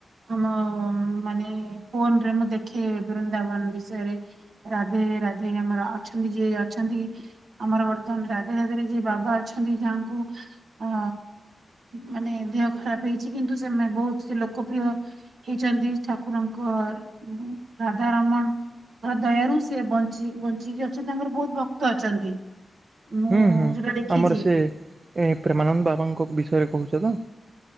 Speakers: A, on the right (about 75°); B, on the right (about 45°).
A: ଆମ ମାନେ ଫୋନ ରେ ମୁଁ ଦେଖେ ବୃନ୍ଦାବନ ବିଷ ବିଷୟରେ ରାଧେ ରାଧେ ଆମର ଅଛନ୍ତି ଯିଏ ଅଛନ୍ତି। ଆମର ବର୍ତ୍ତମାନ ରାଧେ ରାଧେରେ ଯିଏ ବାବା ଅଛନ୍ତି ଯାହାଙ୍କୁ। ଅଁ ମାନେ ଦେହ ଖରାପ ହେଇଛି କିନ୍ତୁ ସେ ମେ ବହୁତ ସେ ଲୋକପ୍ରିୟ। ହେଇଛନ୍ତି ଠାକୁରଙ୍କର ରାଧାରମଣ। ତାଙ୍କ ଦୟାରୁ ସେ ବଞ୍ଚି ବଞ୍ଚିକି ଅଛନ୍ତି ତାଙ୍କର ବହୁତ ଭକ୍ତ ଅଛନ୍ତି। ମୁଁ
B: ହୁଁ ହୁଁ
A: ଯୋଉଟା ଦେଖିଛି
B: ଆମର ସେ ଏ ପ୍ରେମାନନ୍ଦ ବାବାଙ୍କ ବିଷୟରେ କହୁଛ ତ?